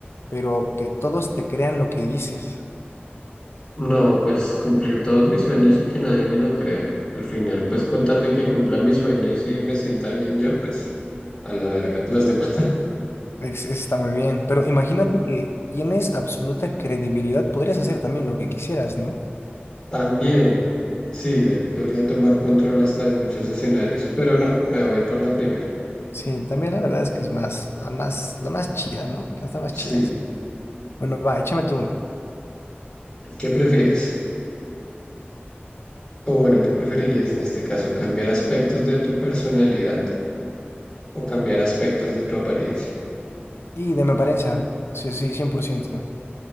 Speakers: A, on the left (about 80°); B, on the left (about 35°).
A: pero que todos te crean lo que dices?
B: No, pues cumplir todos mis sueños y que nadie me lo crea. Al final, pues con tal de que cumpla mis sueños y me sienta bien yo, pues a la verga, las demás.
A: Es- está muy bien. Pero imagínate que tienes absoluta credibilidad. Podrías hacer también lo que quisieras, ¿no?
B: También, sí, ahí podría tomar control hasta de muchos escenarios, pero no, me voy por la primera.
A: Sí, también la verdad es que es más, la más, la más chida, ¿no? La está más
B: Sí,
A: chida es. Bueno, va, échame tú una.
B: ¿qué prefieres? O bueno, ¿qué preferirías en este caso? ¿Cambiar aspectos de tu personalidad o cambiar aspectos de tu apariencia?
A: Y de mi apariencia, sí, sí, 100%.